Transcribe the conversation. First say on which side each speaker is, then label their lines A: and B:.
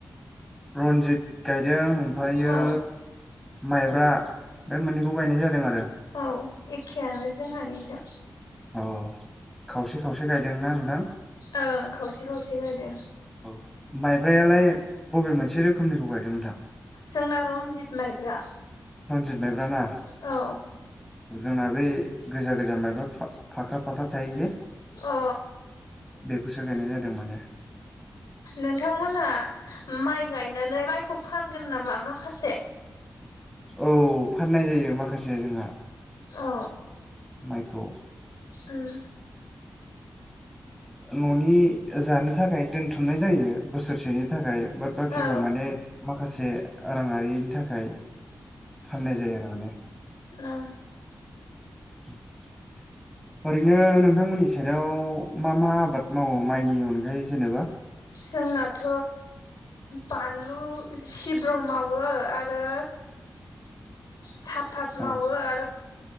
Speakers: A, in the centre; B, on the left.
A: रन्जित गायदों फायो
B: औ
A: माइब्रा बे मोननैखौ गायनाय जादों आरो।
B: औ एखेयानो जोंहानिजों।
A: अ खावसे खावसे गायदोंना नोंथां?
B: ओं खावसे खावसे गायदों।
A: औ माइब्रायालाय बबे मोनसे रोखोमनिखौ गायदों नोंथां?
B: जोंना रनजित माइब्रा।
A: रनजित माइब्रा ना?
B: औ
A: जोंना बै गोजा गोजा माइब्रा फा फाख्रा फाख्रा थायो जे।
B: अ
A: बेखौसो गायनाय जादों माने।
B: नोंथांमोनहा माइ गायनानै माइखौ फानगोन नामा माखासे?
A: औ फाननाय जायो माखासे जोंहा।
B: अ
A: माइखौ।
B: उम।
A: न'नि जानो थाखाय दोनथुमनाय जायो बोसोरसेनि थाखाय। बाट बाखिखौ
B: औ
A: माने माखासे राङारिनि थाखाय फाननाय जायो आरो माने।
B: ना
A: <inaudible> ओरैनो नोंथांमोननि साइडआव मा मा आबाद मावो माइनि अनगायै जेनेबा?
B: जोंनाथ' बानलु सिब्र' माव वो आरो साफात
A: औ
B: मावो आरो